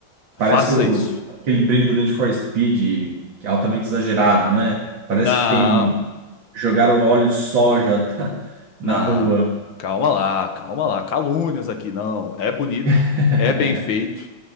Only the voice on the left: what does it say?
Faça
isso.
Não.
Não,
calma lá, calma lá. Calúnias aqui, não. É bonito,
é bem feito.